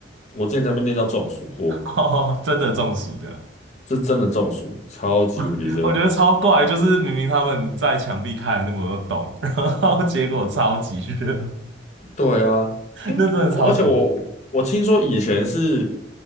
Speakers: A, on the left; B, on the right.
A: 我之前在那边练到中暑过，
B: <laughs> 哦，真的中暑这样，
A: 是真的中暑，超级无敌热。
B: <laughs> 我觉得超怪，就是明明他们在墙壁开了那么多洞，<laughs> 然后结果超级热，
A: 对啊，
B: <laughs>
A: 因为我而且我我听说以前是
B: 那真的超怪，